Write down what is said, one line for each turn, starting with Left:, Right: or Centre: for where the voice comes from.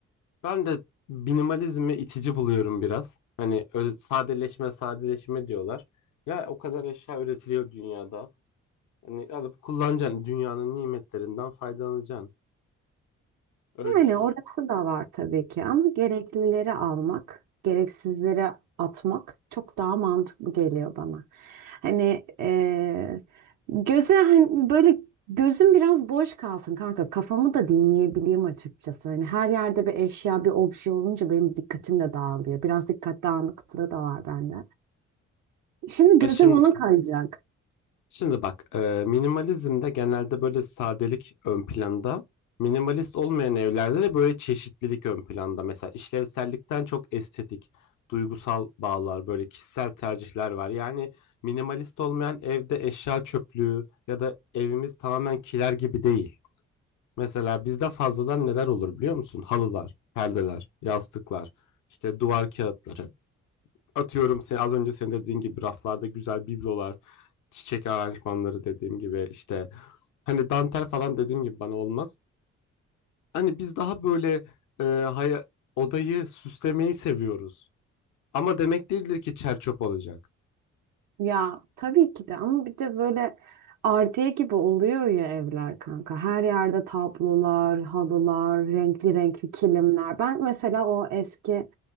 Left: ben de minimalizmi itici buluyorum biraz. Hani ö- sadeleşme sadeleşme diyorlar. Ya o kadar eşya üretiliyor dünyada. Hani alıp kullanacaksın. Dünyanın nimetlerinden faydalanacaksın. Öyle düşünüyorum.
Right: Yani orası da var tabii ki ama gereklileri almak, gereksizleri atmak çok daha mantıklı geliyor bana. Hani eee, göze hani böyle gözüm biraz boş kalsın kanka kafamı da dinleyebileyim açıkçası. Hani her yerde bir eşya bir obje olunca benim dikkatim de dağılıyor. Biraz dikkat dağınıklığı da var bende. Şimdi
Left: Ya
Right: gözüm
Left: şimdi
Right: ona kayacak.
Left: Şimdi bak, e, minimalizmde genelde böyle sadelik ön planda. Minimalist olmayan evlerde de böyle çeşitlilik ön planda. Mesela işlevsellikten çok estetik, duygusal bağlar, böyle kişisel tercihler var. Yani minimalist olmayan evde eşya çöplüğü ya da evimiz tamamen kiler gibi değil. Mesela bizde fazladan neler olur biliyor musun? Halılar, perdeler, yastıklar, işte duvar kağıtları. Atıyorum sen az önce senin dediğin gibi raflarda güzel biblolar, çiçek aranjmanları dediğim gibi işte hani dantel falan dediğim gibi bana olmaz. Hani biz daha böyle e, haya- odayı süslemeyi seviyoruz. Ama demek değildir ki çerçöp olacak.
Right: Ya tabii ki de ama bir de böyle ardiye gibi oluyor ya evler kanka. Her yerde tablolar, halılar, renkli renkli kilimler. Ben mesela o eski